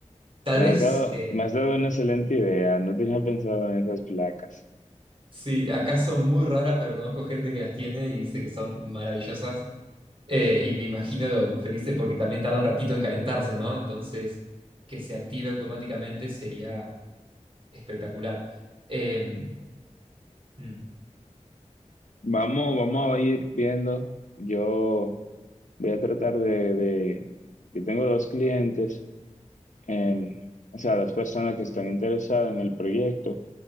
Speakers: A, on the right; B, on the left.
A: Tal
B: Me
A: vez,
B: has dado,
A: eh,
B: me has dado una excelente idea. No tenía pensado en esas placas.
A: sí, acá son muy raras, pero conozco gente que las tiene y dice que son maravillosas. Eh, y me imagino lo felices porque también tarda un ratito en calentarse, ¿no? Entonces, que se active automáticamente sería espectacular. Eh, mm.
B: Vamos, vamos a ir viendo. Yo voy a tratar de, de- Yo tengo dos clientes, em, o sea, dos personas que están interesadas en el proyecto.